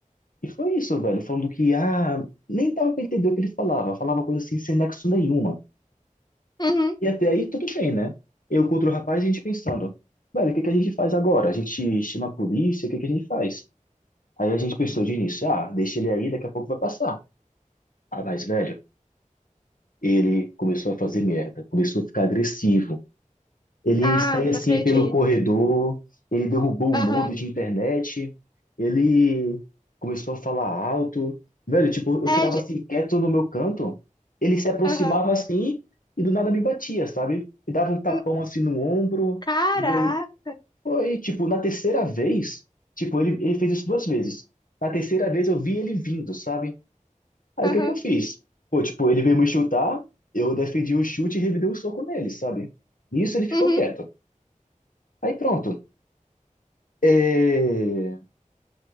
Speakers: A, on the left (about 85°); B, on the left (about 30°).
A: e foi isso, velho. Falando que, ah, nem dava pra entender o que ele falava, falava coisa assim sem nexo nenhuma.
B: uhum.
A: E até aí tudo bem, né? Eu contra o rapaz, a gente pensando: Velho, o que que a gente faz agora? A gente chama a polícia, o que que a gente faz? Aí a gente pensou de início: Ah, deixa ele aí, daqui a pouco vai passar. A mais velho, ele começou a fazer merda, começou a ficar agressivo. Ele
B: Ah,
A: saía
B: não
A: assim
B: acredito.
A: pelo corredor, ele derrubou
B: Aham,
A: o modo de internet, ele começou a falar alto. Velho, tipo, eu
B: é
A: ficava
B: de.
A: assim quieto no meu canto, ele se aproximava
B: Aham.
A: assim e do nada me batia, sabe? Me dava um tapão
B: Hum,
A: assim no ombro,
B: Caraca.
A: e deu... Foi, tipo, na terceira vez, tipo, ele, ele fez isso duas vezes. Na terceira vez eu vi ele vindo, sabe? Aí
B: Aham,
A: o que que eu fiz? Pô, tipo, ele veio me chutar, eu defendi o chute e revidei o soco nele, sabe? Nisso ele ficou
B: uhum.
A: quieto. Aí pronto. É...